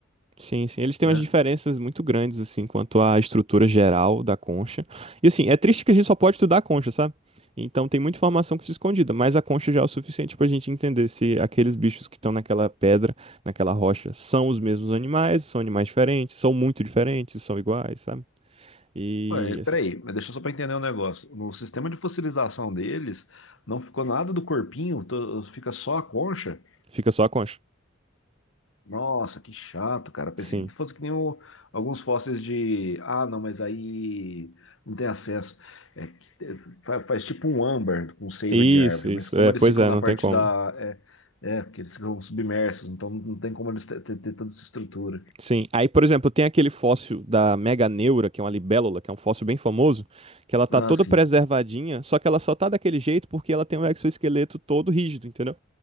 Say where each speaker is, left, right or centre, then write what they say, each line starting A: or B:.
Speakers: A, on the right; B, on the left.
A: Sim, sim. Eles têm
B: né?
A: umas diferenças muito grandes, assim, quanto à estrutura geral da concha. E, assim, é triste que a gente só pode estudar a concha, sabe? Então tem muita informação que fica escondida, mas a concha já é o suficiente pra gente entender se aqueles bichos que estão naquela pedra, naquela rocha, são os mesmos animais, são animais diferentes, são muito diferentes, são iguais, sabe? E
B: Ué,
A: assim,
B: peraí, mas deixa só para entender um negócio. No sistema de fossilização deles, não ficou nada do corpinho, to- fica só a concha.
A: fica só a concha.
B: Nossa, que chato, cara. Pensei
A: Sim.
B: que fosse que nem o- alguns fósseis de. Ah, não, mas aí não tem acesso. É que te- fa- faz, tipo um âmbar com seiva
A: Isso,
B: de árvore,
A: isso.
B: mas como
A: É,
B: eles
A: pois
B: ficam
A: é,
B: na
A: não
B: parte
A: tem como.
B: da. É, é, porque eles ficam submersos, então não tem como eles te- te- ter, tanta essa estrutura.
A: Sim. Aí, por exemplo, tem aquele fóssil da Meganeura, que é uma libélula, que é um fóssil bem famoso, que ela tá
B: Ah,
A: toda
B: sim.
A: preservadinha, só que ela só tá daquele jeito porque ela tem um exoesqueleto todo rígido, entendeu?